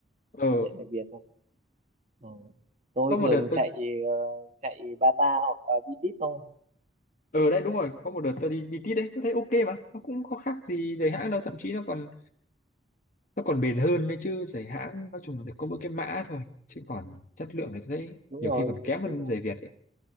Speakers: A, on the left; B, on the right.
A: ờ
B: tôi chạy chạy Việt thôi ừ. tôi
A: có một
B: thường
A: đợt tôi
B: chạy ờ, chạy Bata hoặc là Vitis thôi
A: ở đấy đúng rồi có một đợt tôi đi đi tít đấy tôi thấy ok mà nó cũng có khác gì giày hãng đâu thậm chí nó còn nó còn bền hơn đấy chứ giày hãng nói chung là được có mỗi cái mã thôi chứ còn chất lượng thì tôi thấy
B: đúng
A: nhiều
B: rồi
A: khi còn kém hơn
B: đúng rồi.
A: giày Việt ấy